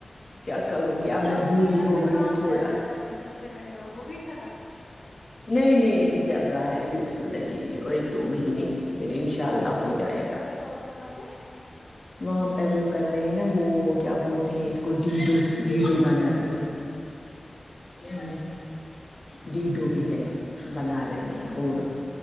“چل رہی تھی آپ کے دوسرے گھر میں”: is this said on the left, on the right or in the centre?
Left